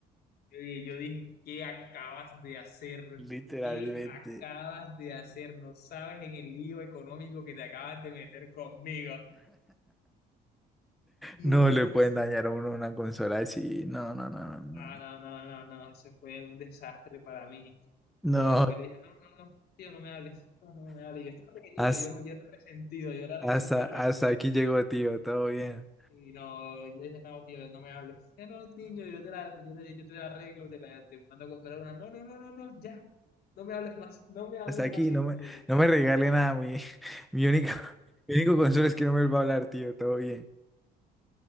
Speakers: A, on the left; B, in the centre.
A: y yo dije, ¿qué acabas de hacer?
B: <laughs> Literalmente.
A: ¿Qué acabas de hacer? No sabes en el lío económico que te acabas de meter conmigo. Dios.
B: No le pueden dañar a uno una consola así. No, no, no, no,
A: No,
B: no.
A: no, no, no, no. Eso fue un desastre para mí.
B: No,
A: Y después dije, no, no, no, tío, no me hables. No, no me hables. Yo estaba pequeñito,
B: has
A: yo, yo era resentido, yo era
B: hasta,
A: re, súper
B: hasta
A: resentido.
B: aquí llegó, tío, todo bien.
A: Y no, yo dije, no, tío, no me hables. "Eh, No, niño, yo te la, yo te, yo te la arreglo, te la te mando a comprar una. No, no, no, no, no, ya. No me hables más, no me hables
B: Hasta aquí,
A: más siempre,
B: no me,
A: le decía.
B: no me regale nada. Mi, <laughs> mi único, <laughs> mi único consuelo es que no me va a hablar, tío. Todo bien.